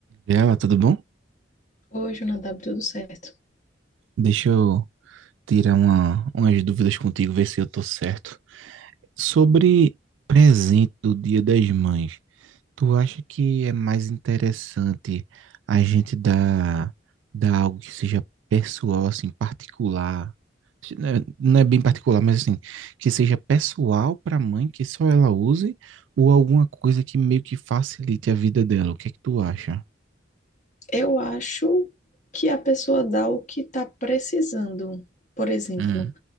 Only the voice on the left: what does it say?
Oi, Jonadab, tudo certo?
Eu acho que a pessoa dá o que está precisando. Por exemplo,